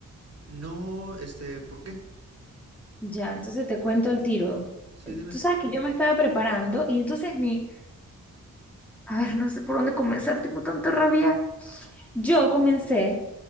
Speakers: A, on the right (about 50°); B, in the centre.
A: No, este, ¿por qué?
B: Ya, entonces te cuento al tiro.
A: Sí, dime.
B: Tú sabes que yo me estaba preparando y entonces mi, a ver, no sé por dónde comenzar, tengo tanta rabia. Yo comencé